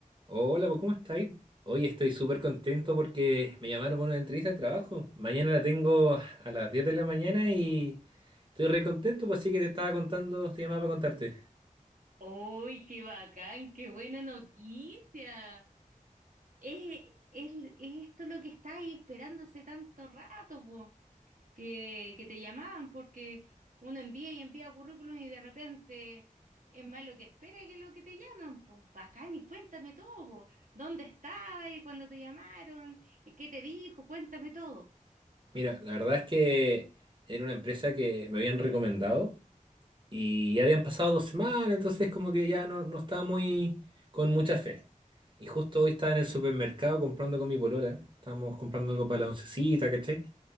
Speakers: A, on the right; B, on the right.
A: Hola, pues, ¿cómo estáis? Hoy estoy súper contento porque me llamaron para una entrevista de trabajo. Mañana la tengo a las 10 de la mañana y estoy re contento, pues sí que te estaba contando, te llamaba para contarte.
B: ¡Uy, qué bacán! ¡Qué buena noticia! Es, es, es esto lo que estáis esperando hace tanto rato, po, que, que te llamaban, porque uno envía y envía currículum y de repente es más lo que espera que lo que te llaman, pues. Bacán, y cuéntame todo, po. ¿Dónde estabas cuando te llamaron? ¿Qué te dijo? Cuéntame todo.
A: Mira, la verdad es que era una empresa que me habían recomendado y ya habían pasado dos semanas, entonces como que ya no, no estaba muy con mucha fe. Y justo hoy estaba en el supermercado comprando con mi polola, estábamos comprando algo para la oncecita, ¿cachai?